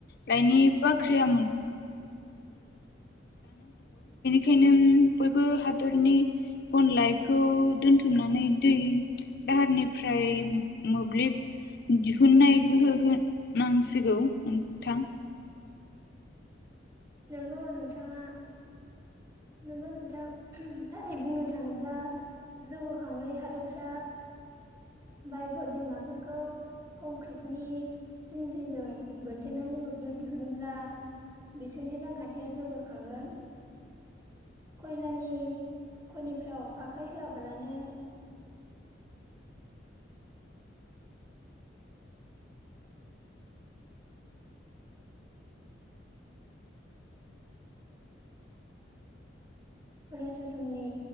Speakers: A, on the left; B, on the right.
A: लइनि बाख्रिया ओंखायनो बयबो हादरनि बन लाइखौ दोनथुमनानै दै दाहारनिफ्राय मोब्लिब दिहुननाय गोहो होनांसिगौ नोंथां।
B: नंगौ नोंथाङा नंगौ नोंथां थारै बुंनो थाङोब्ला जौगाखाङै हादरफ्रा बायगर दैमाफोरखौ कंक्रिटनि जिन्जजों बोनथेनानै मोब्लिब दिहुनोब्ला बिसोरनि रांखान्थिया जौगाखांगोन खयलानि खनिफ्राव आखाइ होआब्लानो फरायसा समनि